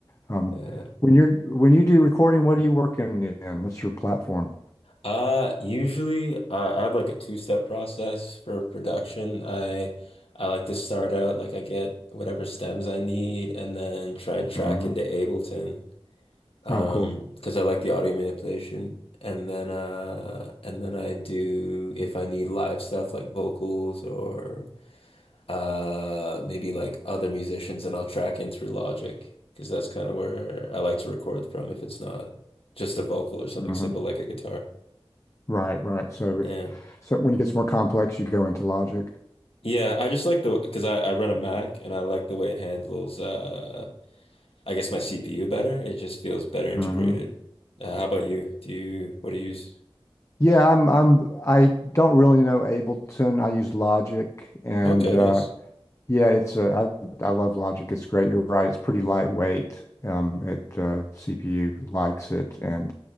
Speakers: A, on the left; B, on the left.
A: Um,
B: Yeah.
A: when you're when you do recording, what are you working in? What's your platform?
B: Uh, usually I I have like a two-step process for production. I I like to start out like I get whatever stems I need and then try and track
A: hmm
B: into Ableton. um,
A: Oh, cool.
B: because I like the audio manipulation. And then uh and then I do if I need live stuff like vocals or uh maybe like other musicians and I'll track in through Logic because that's kind of where I like to record from if it's not just a vocal or something
A: hmm
B: simple like a guitar.
A: Right, right. So
B: Yeah.
A: if so when it gets more complex, you go into Logic.
B: Yeah, I just like the because I, I run a Mac and I like the way it handles uh I guess my CPU better. It just feels better integrated.
A: hmm
B: Uh, how about you? Do you what do you use?
A: Yeah, I'm I'm I don't really know Ableton. I use Logic and
B: Okay,
A: uh
B: nice.
A: Yeah, it's uh, I I love Logic. It's great. You're right. It's pretty lightweight. Um, it uh, CPU likes it, and